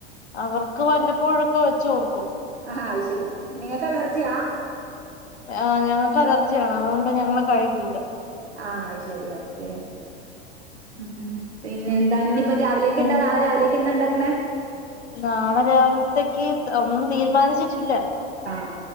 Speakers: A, on the left; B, on the right.
A: അവർക്ക് വല്ലപ്പോഴുഒക്കെ വെച്ച് കൊടുക്കും
B: ആഹ് അയ് ശെരി നിങ്ങക്കലർജിയാ
A: ആഹ് ഞങ്ങക്ക് അലർജിയാണ് അതുകൊണ്ട് ഞങ്ങള് കഴിക്കൂല
B: ആഹ് ശരി ഓക്കെ ഊം പിന്നെ എന്താല് ഇപ്പം രാവിലേക്ക്
A: പിൻ
B: എന്താ നാളെ രാവിലേക്ക് എന്താ ഇണ്ടാക്കണേ
A: നാളെ രാവിൽത്തേക്ക് ഒന്നും തീരുമാനിച്ചിട്ടില്ല
B: ആഹ്